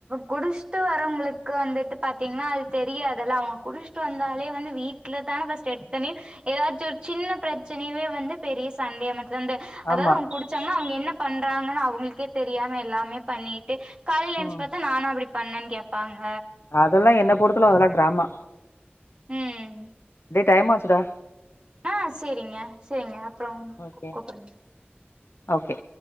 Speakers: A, on the right; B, on the left.
A: குடிஷ்ட்டு வரவுங்களுக்கு வந்துட்டு பாத்தீங்கன்னா அது தெரியதுல்ல அவுங்க குடிஷ் ட்டு வந்தாலே வந்து வீட்ல தான ஃபஸ்ட் எத்தொன்யு எதாச்சு ஒரு சின்ன ப்ரெச்சனைவே வந்து பெரிய சண்டையா மாத் அந்த அதாவது
B: ஆமா
A: அவுங்க குடிச்சாங்கன்னா அவுங்க என்ன பண்றாங்கன்னு அவுங்களுக்கே தெரியாம எல்லாமே பண்ணிட்டு காலைல எனுச்சு
B: ம்
A: பாத்தா நானா அப்டி பண்ணனு கேப்பாங்க
B: அதல்லா என்ன பொருத்தளவு அதல்லா டிராமா
A: ம்
B: டே டைம் ஆச்சுடா
A: ஆஹ் சேரிங்க சேரிங்க அப்றம்
B: ஓகே
A: கூப்டுங்க
B: ஓகே